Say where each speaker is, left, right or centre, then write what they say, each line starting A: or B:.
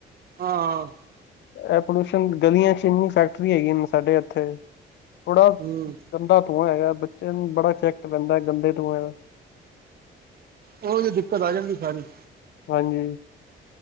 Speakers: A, on the right; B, on the left.
A: ਹਾਂ।
B: ਏਹ ਪੋਲਿਊਸ਼ਨ ਗਲੀਆਂ ਚ ਇੰਨੀ ਫੈਕਟਰੀ ਹੈਗੀਆਂ ਨੇ ਸਾਡੇ ਏਥੇ। ਥੋੜਾ
A: ਹੂੰ
B: ਗੰਦਾ ਧੂੰਆਂ ਹੈਗਾ, ਬੱਚੇ ਨੂੰ ਬੜਾ ਇਫ਼ੇਕਟ ਪੈਂਦਾ ਗੰਦੇ ਧੂਏ ਦਾ।
A: ਉਹ ਤੇ ਦਿੱਕਤ ਆ ਜਾਂਦੀ ਸਾਰੀ।
B: ਹਾਂਜੀ।